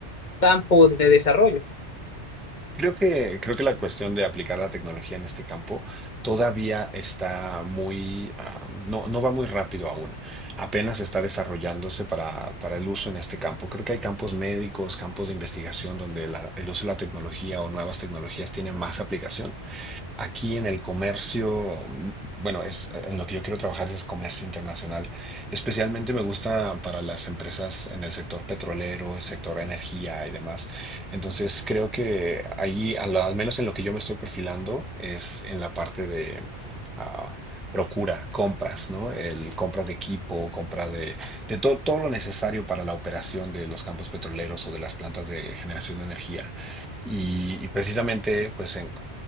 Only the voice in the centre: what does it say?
Creo que, creo que la cuestión de aplicar la tecnología en este campo todavía está muy, ah, no, no va muy rápido aún. Apenas está desarrollándose para, para el uso en este campo. Creo que hay campos médicos, campos de investigación donde la- el uso de la tecnología o nuevas tecnologías tiene más aplicación. Aquí en el comercio, mm, bueno, es eh, en lo que yo quiero trabajar es comercio internacional. Especialmente me gusta para las empresas en el sector petrolero, el sector energía y demás. Entonces creo que ahí, al, al menos en lo que yo me estoy perfilando, es en la parte de ah, procura, compras, ¿no? El compras de equipo, compra de, de to- todo lo necesario para la operación de los campos petroleros o de las plantas de generación de energía. Y, y precisamente, pues, en,